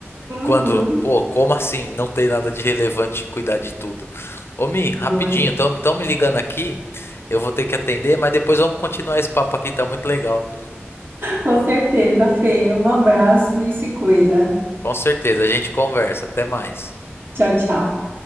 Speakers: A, on the right; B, on the left.
A: Uhum.
B: Quando, pô, como assim? Não tem nada de relevante em cuidar de tudo. Ô, Mi, rapidinho,
A: Doido.
B: estão me ligando aqui. Eu vou ter que atender, mas depois vamos continuar esse papo aqui, tá muito legal.
A: Com certeza, Fê. Um abraço e se cuida.
B: Com certeza, a gente conversa. Até mais.
A: Tchau, tchau.